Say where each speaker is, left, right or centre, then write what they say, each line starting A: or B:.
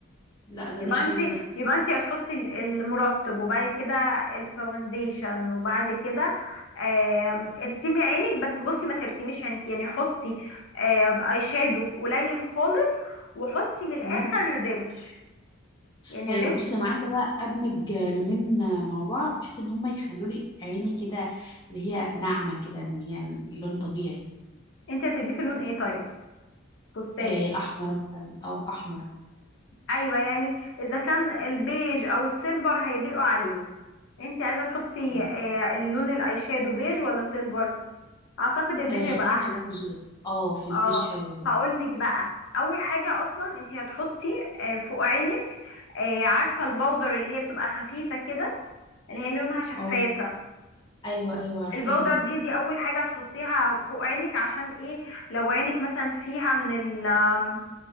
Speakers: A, on the left; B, on the left.
A: لا ده
B: يبقى
A: ده حلو
B: انت
A: ده
B: يبقى انت هتحطي ال- المرطب وبعد كده الفاونديشن وبعد كده آم، ارسمي عينك بس بصي ما ترسميش عينك يعني حطي آم، اي شادو قليل خالص وحطي من الاخر
A: مم.
B: الرمش يعني
A: طيب
B: الرمش
A: بصي انا عايزه بقى ادمج لونين مع بعض بحيث ان هما يخلوا لي عيني كده اللي هي ناعمه كده ان هي لون طبيعي
B: انت هتلبسي لون ايه طيب فستان
A: آه، احمر مثلا او احمر
B: ايوه يعني اذا كان البيج او السيلفر هيليقوا عليه انت عايزه تحطي
A: مم.
B: آه، اللون الاي شادو بيج ولا سيلفر اعتقد البيج
A: آه،
B: يبقى
A: خلينا
B: احلى
A: في البيجات اه في البيج
B: اه
A: حلو برضه
B: هقول لك بقى اول حاجه اصلا انت هتحطي آه، فوق عينك آه، عارفه البودر اللي هي بتبقى خفيفه كده اللي هي لونها شفافه
A: اه ايوه ايوه عارفاها
B: البودر
A: دي
B: دي دي اول حاجه هتحطيها فوق عينك عشان ايه لو عينك مثلا فيها من ال آم،